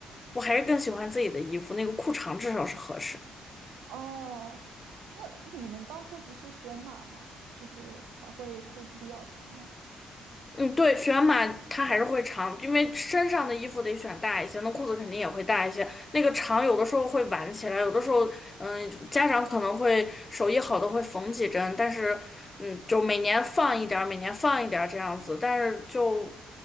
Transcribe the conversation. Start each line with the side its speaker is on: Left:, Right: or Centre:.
Left: 我还是更喜欢自己的衣服，那个裤长至少是合适。
Right: 哦，那你们当初不是选码吗？就是还会裤子比较长吗？
Left: 嗯，对，选码它还是会长，因为身上的衣服得选大一些，那裤子肯定也会大一些。那个长有的时候会挽起来，有的时候，嗯，家长可能会手艺好的会缝几针，但是，嗯，就每年放一点儿，每年放一点儿这样子。但是就